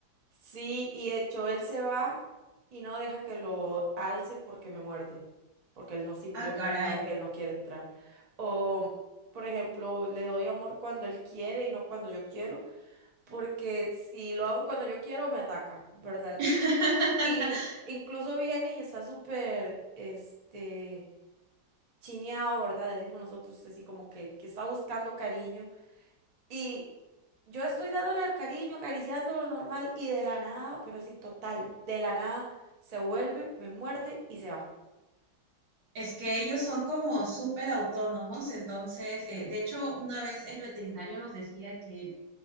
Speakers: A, on the right; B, on the right.
A: Sí, y de hecho él se va y no deja que lo alce porque me muerde, porque él no simplemente
B: Ah, caray.
A: sabe que él no quiere entrar. O, por ejemplo, le doy amor cuando él quiere y no cuando yo quiero, porque si lo hago cuando yo quiero, me ataca, ¿verdad?
B: <laughs>
A: Y incluso viene y está súper, este, chineado, ¿verdad? Decimos nosotros así como que, que está buscando cariño y yo estoy dándole cariño, acariciándolo normal y de la nada, pero sí, total, de la nada se vuelve, me muerde y se va.
B: Es que ellos son como súper autónomos, entonces, eh, de hecho, una vez el veterinario nos decía que,